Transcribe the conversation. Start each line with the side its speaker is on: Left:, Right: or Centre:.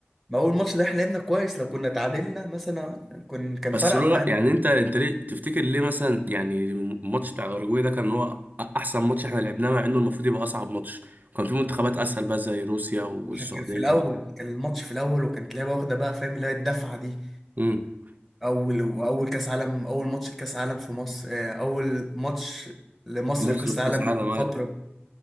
Centre: ما هو الماتش ده احنا لعبنا كويس لو كنا اتعادلنا مثلا كن كان
Right: بس
Centre: فرق
Right: لولا
Centre: معانا
Right: يعني انت انت ليه تفتكر ليه مثلا يعني الماتش بتاع الاراجواي ده كان هو أ- احسن ماتش احنا لعبناه مع انه المفروض يبقى اصعب ماتش وكان في منتخبات اسهل بقى زي روسيا والسعودية
Centre: عشان كان في الاول كان الماتش في الاول وكانت لعبه واخده بقى فاهم اللي هي الدفعه دي
Right: امم
Centre: اول واول كاس عالم اول ماتش لكاس عالم في مصر آه، اول ماتش لمصر
Right: مصر
Centre: في كاس
Right: في
Centre: العالم
Right: كاس العالم
Centre: من فتره
Right: أيوة.